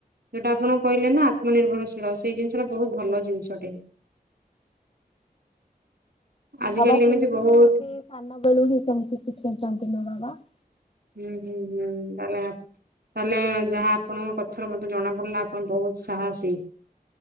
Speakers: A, on the right; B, on the left.
A: ଯୋଉଟା ଆପଣ କହିଲେ ନା ଆତ୍ମନିର୍ଭରଶୀଳ ସେଇ ଜିନିଷଟା ବହୁତ ଭଲ ଜିନିଷଟେ। ଆଜିକାଲି
B: ବାବା ସେମତି
A: ଏମିତି ବହୁତ
B: ହି ମତେ ସାାନନା ବଳୁ ହି ସେମତି ଶିକ୍ଷଣ ଚାନ୍ତି ମ ବାବା <inaudible>
A: ହୁଁ ହୁଁ ହୁଁ ତାହେଲେ ତାହେଲେ ଯାହା ଆପଣଙ୍କ କଥା। ଏଥର ମତେ ଜଣା ପଡ଼ିଲା ଆପଣ ବହୁତ ସାହାସି।